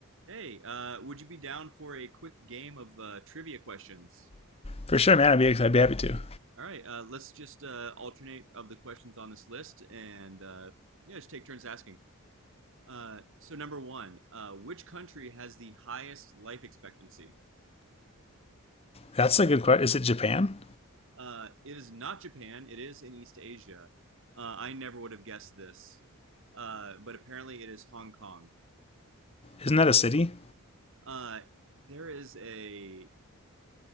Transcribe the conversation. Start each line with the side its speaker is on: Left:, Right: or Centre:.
Right: Hey, uh, would you be down for a quick game of uh, trivia questions?
Left: For sure, man. I'd be I'd be happy to.
Right: All right, uh, let's just uh, alternate of the questions on this list and uh, yeah, just take turns asking. Uh, so, number one, uh, which country has the highest life expectancy?
Left: That's a good question. Is it Japan?
Right: Uh, it is not Japan, it is in East Asia. Uh, I never would have guessed this, uh, but apparently it is Hong Kong.
Left: Isn't that a city?
Right: Uh, there is a,